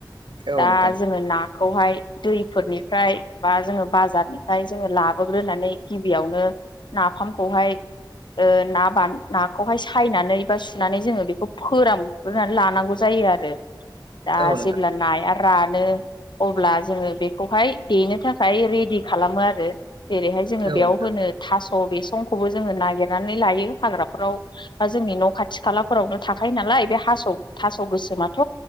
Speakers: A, on the right; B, on the left.
A: औ औ नोंथां
B: दा जोङो नाखौ हाय दैफोर निफ्राय बा जोङो बाजार निफ्राय जोङो लाबो ग्रोनानै गिबियावनो नाफामखौ हाय ओ नाबान ना खौहाय सायनानै बा सु फिनानै जोङो बेखौ फोरान ग्रोनानै लानांगौ जायो आरो। दा
A: औ नोंथां औ नोंथां औ
B: जेब्ला नाया रानो अब्ला जोङो बेखौहाय देनो थाखाय रेदि खालामो आरो जेरैहाय
A: नोंथां
B: जोङो बेयाव होनो थास' बेस संखौबो जोङो नागिरनानै लायो हाग्रा फोराव बा जोंनि न' खाथि खाला फोरावनो थाखायो नालाय बे हास' थास' खौ गोसोमाथ'